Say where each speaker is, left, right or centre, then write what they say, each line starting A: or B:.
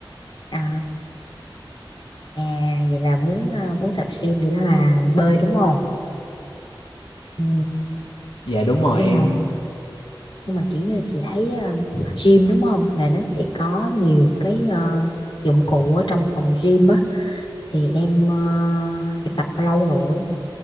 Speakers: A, on the left (about 65°); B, on the left (about 85°).
A: à À vậy là muốn ờ, muốn tập gym vậy đó là bơi đúng không? Ừ.
B: dạ đúng rồi
A: Nhưng
B: em
A: mà nhưng mà kiểu như chị thấy ừm, gym đúng không? Là nó sẽ có nhiều cái ờ, dụng cụ ở trong phòng gym á thì em ờ, em tập bao lâu rồi?